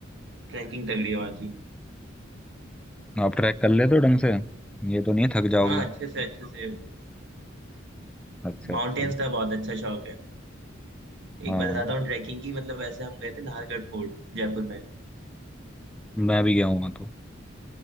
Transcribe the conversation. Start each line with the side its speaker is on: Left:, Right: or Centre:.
Right: ट्रैकिंग तगड़ी है वहाँ की
Centre: आप ट्रैक कर लेते हो ढंग से ये तो नहीं थक जाओगे
Right: हाँ अच्छे से अच्छे से
Centre: अच्छा अच्छा
Right: माउंटेन्स का बहुत अच्छा शौक है एक
Centre: हाँ
Right: बताता हूँ ट्रैकिंग की मतलब वैसे हम गए थे नाहरगढ़ फोर्ट जयपुर में
Centre: मैं भी गया हूँ वहाँ तो